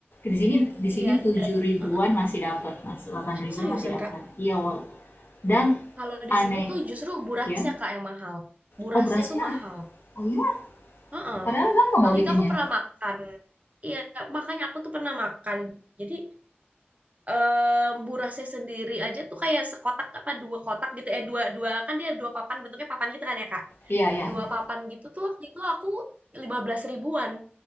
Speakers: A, on the left (about 60°); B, on the right (about 35°).
A: Di sini di
B: Iya,
A: sini tujuh
B: dan
A: ribuan
B: heeh.
A: masih dapat, Mas. delapan ribuan
B: seriusan
A: masih dapat.
B: Kak,
A: Iya, Wol. Dan
B: kalau di
A: aneh
B: sini tuh justru burasnya
A: ya.
B: Kak yang mahal. Burasnya
A: Oh, berasnya.
B: tuh mahal.
A: Oh iya,
B: Heeh.
A: padahal gampang
B: Waktu
A: loh bikinnya.
B: itu aku pernah makan. Iya, makanya aku tuh pernah makan. Jadi eh burasnya sendiri aja tuh kayak sekotak apa dua kotak gitu ya dua dua kan dia dua papan bentuknya papan gitu kan ya Kak.
A: Iya, iya,
B: Dua
A: iya.
B: papan gitu tuh waktu itu aku 15 ribuan.